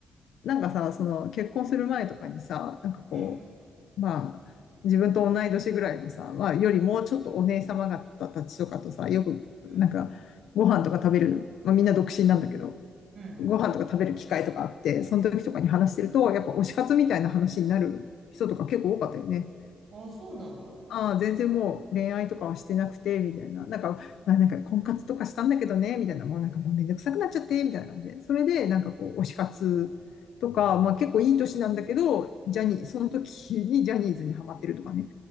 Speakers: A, on the left; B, on the right.
A: う。なんかさ、その結婚する前とかにさ、なんかこう、
B: うん、う
A: まあ、自分と同い年ぐらいのさ、まあ、よりもうちょっとお姉様方たちとかとさ、よく、なんか、
B: ん、
A: ご飯とか食べる、まあみんな独身なんだけど、
B: うん。
A: ご飯とか食べる機会とかあって、その時とかに話してると、やっぱ推し活みたいな話になる人とか結構多かったよね。
B: ああ、そうなんだ。
A: ああ、
B: そ
A: 全然もう恋愛とかはしてなくて、みたいな。なんか、まあなんか婚活とかしたんだけどね、みたいな。もうなんかもうめんどくさくなっちゃって、みたいな感じで。それで、なんかこう、
B: う、うん、
A: 推し活とか、まあ結構いい年なんだけど、ジャニー、
B: うん。
A: その時にジャニーズにハマってるとかね。